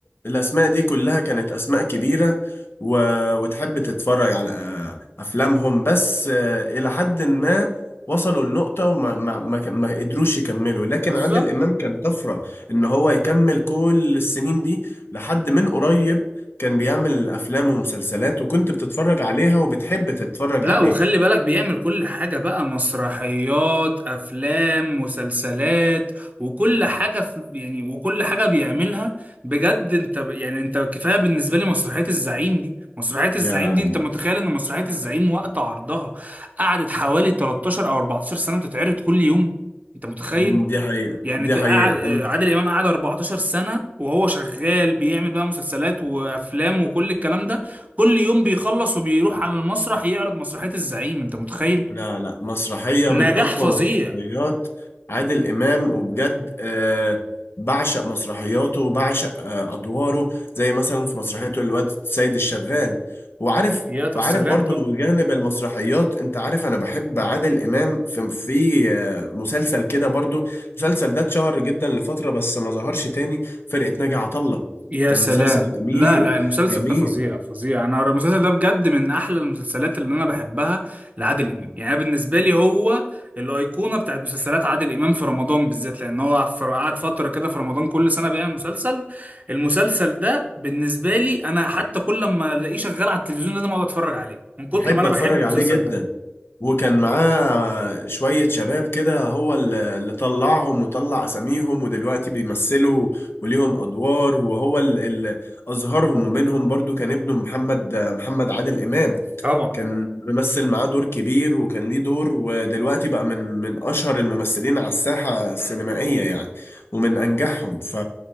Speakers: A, on the left (about 70°); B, on the right (about 40°).
A: الاسماء دي كلها كانت اسماء كبيرة و... وتحب تتفرج على أ- افلامهم بس آه، الى حد ما وصلوا لنقطة وما ما ما, ك- ما قدروش يكملوا لكن
B: بالظبط
A: عادل امام كان طفرة ان هو يكمل كل السنين دي لحد من قريب كان بيعمل افلام ومسلسلات وكنت بتتفرج عليها وبتحب تتفرج
B: لا
A: عليه
B: وخلي بالك بيعمل كل حاجة بقى مسرحيات أفلام مسلسلات وكل حاجة في يعني وكل حاجة بيعملها بجد أنت ب- يعني أنت كفاية بالنسبة لي مسرحية الزعيم دي مسرحية الزعيم
A: يا
B: دي أنت متخيل إن مسرحية الزعيم وقت عرضها قعدت حوالي 13 أو 14 سنة بتتعرض كل يوم أنت متخيل
A: مم، دي حقيقة
B: يعني
A: دي
B: قعد
A: حقيقة أنا
B: عادل امام قعد 14 سنه وهو شغال بيعمل بقى مسلسلات وافلام وكل الكلام ده كل يوم بيخلص وبيروح على المسرح يعرض مسرحيه الزعيم انت متخيل
A: لا لا مسرحية
B: نجاح
A: من أقوى
B: فظيع
A: مسرحيات عادل إمام وبجد آه بعشق مسرحياته وبعشق آه أدواره زي مثلا في مسرحيته الواد سيد الشغال وعارف
B: يا
A: وعارف
B: سلام
A: برضو
B: طبعا
A: بجانب المسرحيات أنت عارف أنا بحب عادل إمام في في آه مسلسل كده برضو المسلسل ده اتشهر جدا لفترة بس ما ظهرش تاني فرقة ناجي عطا الله
B: يا
A: كان
B: سلام
A: مسلسل جميل
B: لا لا المسلسل
A: جميل
B: ده فظيع فظيع انا المسلسل ده بجد من احلى المسلسلات اللي انا بحبها لعادل امام يعني أنا بالنسبه لي هو الايقونه بتاعت مسلسلات عادل امام في رمضان بالذات لان هو في- قعد فتره كده في رمضان كل سنه بيعمل مسلسل المسلسل ده بالنسبه لي انا حتى كل ما الاقيه شغال على التلفزيون لازم اقعد اتفرج عليه من كتر
A: بحب
B: ما انا
A: أتفرج
B: بحب المسلسل
A: عليه جدا
B: ده
A: وكان معاه شوية شباب كده هو اللي اللي طلعهم وطلع أساميهم ودلوقتي بيمثلوا وليهم أدوار وهو ال- اللي أظهرهم ومنهم برضو كان ابنه محمد محمد عادل إمام
B: طبعا
A: كان ممثل معاه دور كبير وكان ليه دور ودلوقتي بقى من من أشهر الممثلين على الساحة السينمائية يعني ومن أنجحهم ف